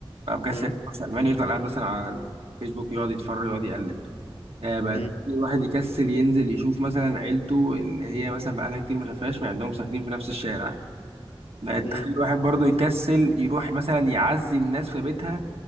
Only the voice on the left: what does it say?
امم
امم
امم